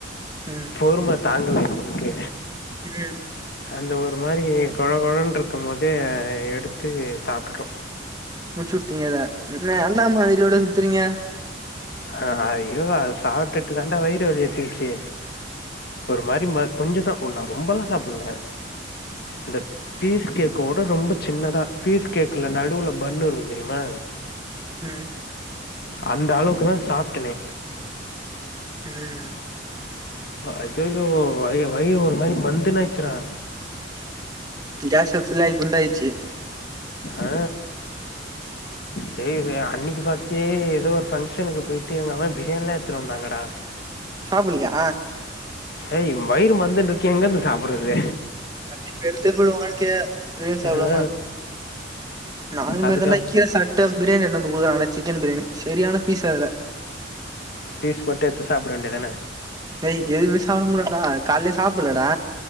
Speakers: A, on the right; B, on the left.
A: ம்
B: பொறும தாங்கல எங்களுக்கு
A: ம்
B: அந்த ஒரு மாரி கொழகொழன்ட்ருக்குமோதே எடுத்து சாப்ட்டுட்டோ
A: முட்ச்வுட்டீங்க அத இன்ன அன்னா மாரி இதுவிட சுத்துரீங்க
B: அ ஐயோ அத சாப்ட்டுட்டுதான்டா வயிறு வலி எட்த்துகுச்சி ஒரு மாரி மா கொஞ்சதோ ஓ நா ரொம்பலா சாப்புல இந்த பீஸ் கேக்கோட ரொம்ப சின்னதா பீஸ் கேக்ல நடுவ்ல பன்னு இருக்கு தெரிமா
A: ம்
B: அந்தளவுக்கு தா சாப்டே
A: ம்
B: அய்யயோ வய வயிறு ஒரு மாரி மந்துன்னு ஆயிட்சி டா
A: கேசு ஃபில் ஆய் குண்டாயிடுச்சு
B: ஆ தெரியுதே அன்னிக்கி பாத்தே ஏதோ ஒரு ஃபங்க்ஷனுக்கு போயிட்டு எங்க அம்மா பிரியாணிலா எடுத்துட்டு வந்தாங்கடா
A: சாப்புட்லயா
B: ஏய் வயிறு மந்துன்ருக்கு எங்க இருந்து சாப்புறது
A: கத்தி பேசிட்டே போய்டுவோ வாழ்க்கையே பிரியாணி சாப்டாமா
B: ஆ
A: நானு அந்த
B: அதுக்கப்
A: மாரிதான்டா கீர சாப் டு பிரியாணி எத்துனு வந்து கூடுகுறாங்க சிக்கன் பிரியாணி சரியான பீஸ் அதுல
B: பீஸ் போட்டு எத்து சாப்ட வேண்டியதான
A: டேய் எதுவுமே சாப்பட முல்லடா காலயே சாப்பலடா